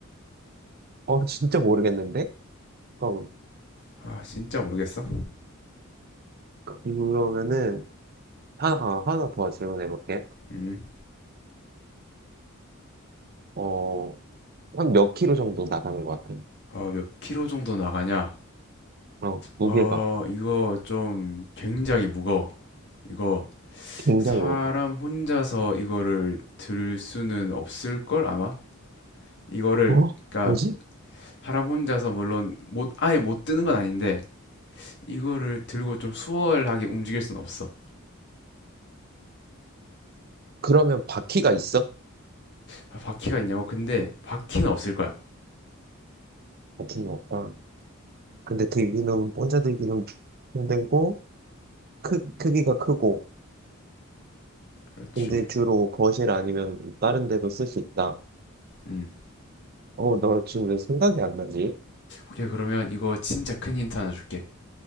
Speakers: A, on the right; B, on the left.
A: 어, <laughs> 진짜 모르겠는데? 어,
B: 아, 진짜 모르겠어.
A: 그러면은, 하나, 아, 하나 더 질문해볼게.
B: 음,
A: 어, 한 몇 킬로 정도 나가는 것 같아?
B: 어, 몇 킬로 정도 나가냐?
A: 어, 무게가
B: 어, 이거 좀 굉장히 무거워. 이거
A: 굉장히
B: 사람
A: 무겁다.
B: 혼자서 이거를 들 수는 없을 걸 아마 이거를
A: 어?
B: 그러니까
A: 뭐지?
B: 사람 혼자서 물론 못 아예 못 드는 건 아닌데 이거를 들고 좀 수월하게 움직일 수는 없어
A: 그러면 바퀴가 있어?
B: 아, 바퀴가 있냐고 근데 바퀴는 없을 거야
A: 바퀴는 없다. 근데 들기는, 혼자 들기는 힘들고, 크, 크기가 크고,
B: 그렇지
A: 근데 주로 거실 아니면 다른 데도 쓸 수 있다.
B: 음
A: 어, 나 지금 왜 생각이 안 나지?
B: 오케이 그러면 이거 진짜 큰 힌트 하나 줄게